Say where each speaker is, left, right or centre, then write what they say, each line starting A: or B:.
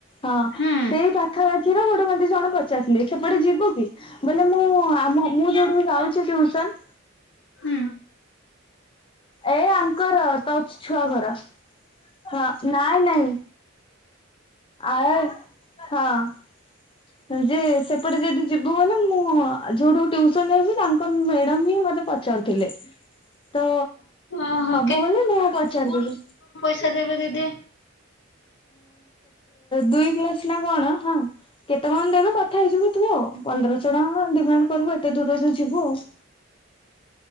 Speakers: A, on the left; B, on the left.
A: ହଁ
B: ହୁଁ
A: ସେଇ ପାଖାପାଖିର ଗୋଟେ ମନ୍ତି ଜଣ ପଚାରଥିଲେ ସେପଟେ ଯିବୁ କି? ବଲେ ମୁଁ ମୁଁ ଯୋଉଠ ଯାଉଛି ଟ୍ୟୁସନ
B: ହୁଁ।
A: ଏ ଆଙ୍କର ତୋ ଛୁଆ ଘର ହ ନାଇଁ ନାଇଁ। ଆ ହଁ ଯେ ସେପଟେ ଯଦି ଯିବୁ ଗଲେ ମୁଁ ଯୋଉଠୁ ଟ୍ୟୁସନ ଯାଉଛି ତାଙ୍କ ମ୍ୟାଡାମ୍ ହିଁ ମତେ ପଚାରୁ ଥିଲେ ତ
B: ଓହୋ
A: ହବ ବୋଲି ମୁଁ ପଚାରିଦେଲି।
B: ଆଚ୍ଛା ଦେବେ ଦିଦି।
A: ଦୁଇ କ୍ଲାସ ନା କଣ ହଁ। କେତେ କଣ ଦେବେ କଥା ହେଇଯିବ ତୁ ଆଉ ପନ୍ଦରଶହ ଟଙ୍କା ଡିମାଣ୍ଡ କରିବୁ ଏତେ ଦୂରରୁ ଯିବୁ ଆଉ
B: ଆ